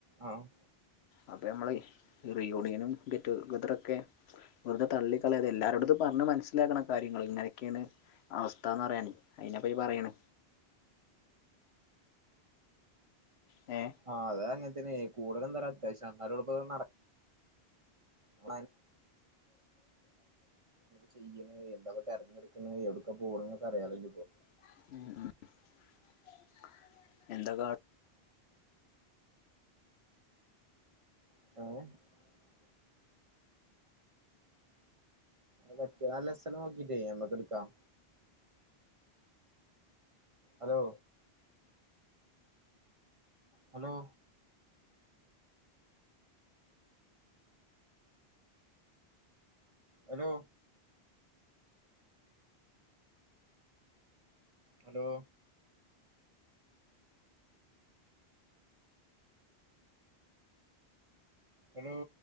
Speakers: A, on the right (about 45°); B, on the left (about 80°).
A: ആം
B: അപ്പെ ഞമ്മള് ഈ റീയൂണിയനും ഗെറ്റുഗദറൊക്കെ വെറുത തള്ളിക്കളയാതെ എല്ലാരോടത്തു പറഞ്ഞ് മനസ്സിലാക്കണു കാര്യങ്ങള് ഇങ്ങനെക്കേണ് അവസ്ഥാന്നറയേണേ അയിനെ പറ്റി പറയേണ് ഏ
A: ആഹ് അതങ്ങനെത്തന്നെ കൂടൽ എന്താലും അത്യാവശ്യാ അവരോടൊപ്പം നട <unintelligible> ചിയ്യ്ണ് എന്താപ്പ തെരഞ്ഞെടുക്ക്ണ്? എവിടുക്കാ പോണ്ന്നൊക്കെ അറിയാലോച്ചിട്ടേ
B: <unintelligible>
A: <unintelligible> പറ്റിയ നല്ല ദിവസം നോക്കിട്ടേ നമ്മക്ക് എടുക്കാം. Hello hello hello hello hello